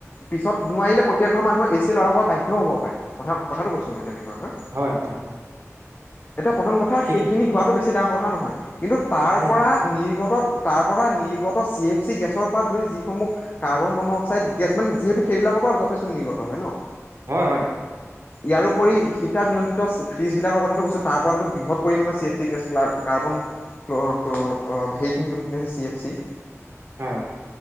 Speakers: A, on the left; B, on the right.
A: পিছত নোৱাৰিলে প্ৰত্যেক ঘৰ মানুহ এ চি লগাব বাধ্যও হব পাৰে কথা কথাটো কৈছো মই তেনেকুৱাকৈ
B: হয় হয় হয়।
A: এতিয়া প্ৰথম কথা
B: ঠিক
A: সেইখিনি হোৱাটো বেছি ডাঙৰ কথা নহয় কিন্তু তাৰ
B: উম
A: পৰা নি পৰা নিৰ্গত চি এফ চি গেছৰ পৰা যিসমূহ কাৰ্বন মনোক্সাইড সেইবিলাকৰ পৰা যথেষ্ট নিৰ্গত হয় ন'।
B: হয় হয়।
A: ইয়োৰোপৰি শীত তাপ নিয়ন্ত্ৰিত ফ্ৰীজবিলাকৰ কথাটো কৈছোঁ তাৰ পৰাতো বৃহৎ পৰিমাণৰ চি এফ কাৰ্বন সেইখিনি যোনখিনি আছে চি এফ চি।
B: হয়।